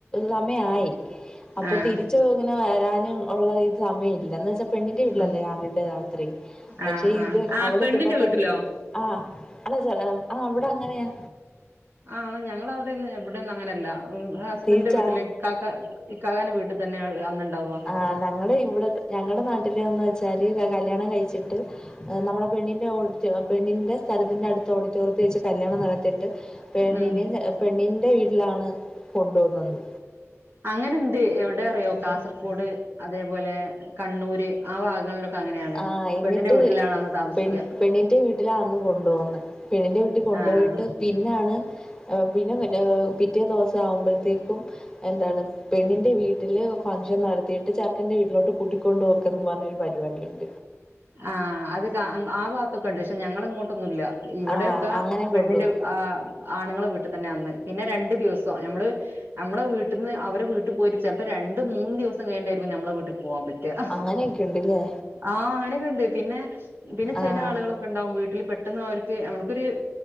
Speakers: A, on the left; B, on the right.
A: സമയായി അപ്പൊ
B: ആഹ്
A: തിരി ച്ച് ഇങ്ങനെ വരാനും ഉള്ള സമയമില്ല എന്ന് വെച്ചാ പെണ്ണിന്റെ വീട്ടിലല്ലേ
B: ആഹ്
A: ആദ്യത്തെ രാത്രി പക്ഷെ
B: ആഹ് ആഹ്
A: ഇത്
B: ആഹ്
A: അവിടെ
B: പെണ്ണിന്റെ
A: എത്തുമ്പോ തന്നെ
B: വീട്ടിലോ
A: ആഹ് എന്നെച്ചാല് ആ അവിടെ അങ്ങനെയാ
B: ആ ഞങ്ങള അവിടെന്ന് ഇവിടേന്നും അങ്ങനല്ല ഹസ്ബൻന്റെ
A: തിരിച്ചാ
B: വീട്ടില് കാക്ക ഇക്കാക്കാന്റെ വീട്ടിൽ തന്നെ അന്നുണ്ടാവാ
A: ആ ഞങ്ങൾ ഇവിടെ ഞങ്ങളുടെ നാട്ടിലന്ന് വെച്ചാല് കല്യാണം കഴിച്ചിട്ട് നമ്മുടെ പെണ്ണിന്റെ പെണ്ണിന്റെ സ്ഥലത്തിന്റെ അടുത്ത ഓഡിറ്റോറിയത്തിൽ വെച്ച് കല്യാണം നടത്തിയിട്ട് പെണ്ണിനെ
B: ഉം
A: പെണ്ണിൻ്റെ വീട്ടിലാണ് കൊണ്ടു പോവുന്നത്
B: അങ്ങനെണ്ട് എവിടെ അറിയോ കാസർകോട് അതേപോലെ കണ്ണൂര് ആ ഭാഗങ്ങളിലൊക്കെ അങ്ങനെയാണ്
A: ആഹ് എന്നിട്ട്
B: പെണ്ണിന്റെ വീട്ടിലാണ് അന്ന് താമസിക്കുക
A: പെൺ പെണ്ണിന്റെ വീട്ടിലാ അന്ന് കൊണ്ടു പോകുന്ന പെണ്ണിന്റെ വീട്ടിൽ കൊണ്ടുപോയിട്ട്
B: ആഹ്
A: പിന്നാണ് പിന്നെ പിന്നെ പിറ്റേ ദിവസം ആകുമ്പോഴത്തേക്കും എന്താണ് പെണ്ണിന്റെ വീട്ടില് ഫംങ്ഷൻ നടത്തിയിട്ട് ചേർക്കൻ്റെ വീട്ടിലോട്ട് കൂട്ടിക്കൊണ്ട്പോക്കന്ന് പറഞ്ഞൊരു പരിപാടിയുണ്ട്
B: ആഹ് അത് ആ ഭാഗത്തൊക്കെ ഉണ്ട് പക്ഷെ ഞങ്ങള ഇങ്ങോട്ടൊന്നുമില്ല ഇവിടെയൊക്കെ
A: ആഹ് അങ്ങനെ
B: പെണ്ണിന്റെ
A: കൊണ്ടുപോകും
B: ആ ആണുങ്ങളെ വീട്ടിൽ തന്നെ അന്ന് പിന്നെ രണ്ടു ദിവസവും ഞമ്മള് നമ്മള വീട്ടിന്ന് അവടെ വീട്ടിൽ പോയിട്ട് ചെലപ്പോ രണ്ട് മൂന്ന് ദിവസം കഴിഞ്ഞിട്ടായിരിക്കും നമ്മളെ വീട്ട്ക്ക് പോകാൻ പറ്റുക <unintelligible>
A: അങ്ങനെയൊക്കെ ഉണ്ട്ല്ലേ
B: ആ അവനെ കണ്ട് പിന്നെ പിന്നെ ചെലേ
A: ആഹ്
B: ആളുകൾ െ ഉണ്ടകും വീട്ടിൽ പെട്ടെന്ന് അവർക്ക് നമുക്കൊരു